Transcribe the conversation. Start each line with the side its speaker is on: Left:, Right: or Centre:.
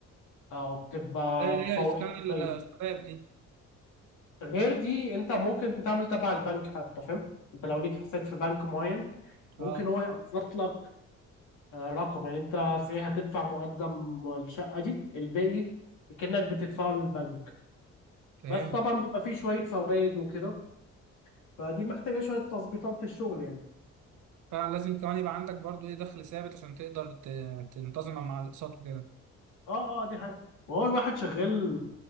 Left: أو بتبقى
Right: زي اللي
Left: بفوائد
Right: هي إسكان
Left: قليلة
Right: الشباب دي
Left: غير دي أنت ممكن تعمل تبع البنك حتى فاهم أنت لو ليك حساب في بنك معين ممكن
Right: أه
Left: هو يقسط لك آه، رقم يعني انت صحيح هتدفع مقدم الشقة دي الباقي كأنك بتدفعه للبنك
Right: فهمت
Left: بس طبعا بيبقى فيه شوية فوائد وكده فدي محتاجة شوية تظبيطات في الشغل يعني
Right: فلازم كمان يبقى عندك برضو إيه دخل ثابت عشان تقدر ت- تنتظم مع الأقساط وكده
Left: اه اه دي حاجة وهو الواحد شغال